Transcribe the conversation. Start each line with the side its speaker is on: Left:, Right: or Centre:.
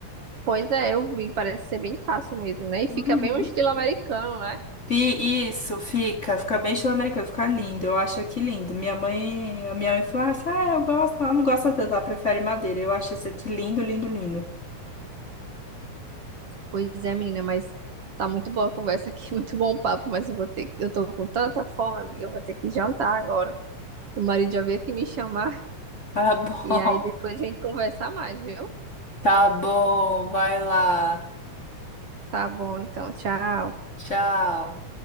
Right: pois é, eu vi, parece ser bem fácil mesmo, né? E
Left: Uhum.
Right: fica bem um estilo americano, né?
Left: Fi- Isso, fica, fica bem estilo americano, fica lindo, eu acho aqui lindo. Minha mãe, a minha mãe falou assim, ah, eu gosto, ela não gosta tanto, ela prefere madeira. Eu acho esse aqui lindo, lindo, lindo.
Right: Pois é, menina, mas tá muito boa a conversa aqui, <laughs> muito bom o papo, mas eu vou ter, eu tô com tanta fome, amiga, eu vou ter que jantar agora. Meu marido já veio aqui me chamar <laughs>
Left: Tá bom,
Right: e aí depois
Left: <laughs>
Right: a gente conversa mais, viu?
Left: tá bom, vai lá.
Right: Tá bom, então, tchau.
Left: Tchau.